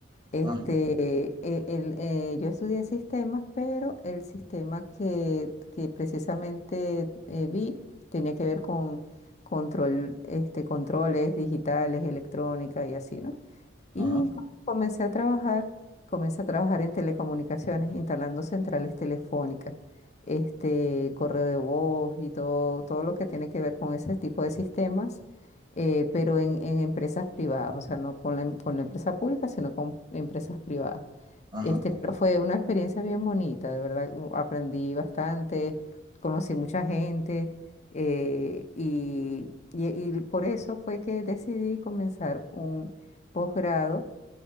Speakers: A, on the left; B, on the right.
A: Este,
B: ajá,
A: eh, el, eh, yo estudié sistemas, pero el sistema que, que precisamente eh, vi tenía que ver con control, este, controles digitales, electrónica y así, ¿no? Y
B: ajá,
A: co- comencé a trabajar, comencé a trabajar en telecomunicaciones, instalando centrales telefónicas, este, correo de voz y todo, todo lo que tiene que ver con ese tipo de sistemas, eh, pero en, en empresas privadas, o sea, no con la, em- con la empresa pública, sino con empresas privadas.
B: ajá.
A: Este,
B: ajá.
A: pero fue una experiencia bien bonita, de verdad, u- aprendí bastante, conocí mucha gente, eh, y, y y por eso fue que decidí comenzar un posgrado